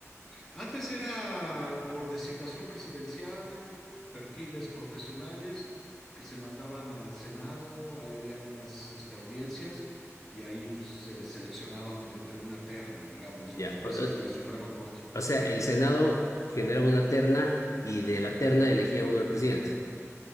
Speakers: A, in the centre; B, on the left.
A: Antes era por designación presidencial, perfiles profesionales que se mandaban al Senado, ahí había unas este, audiencias y ahí pues se seleccionaban de entre una terna, digamos,
B: Ya.
A: los jueces
B: O, o-
A: de la Suprema Corte.
B: o sea, el Senado generaba una terna y de la terna elegía uno el presidente.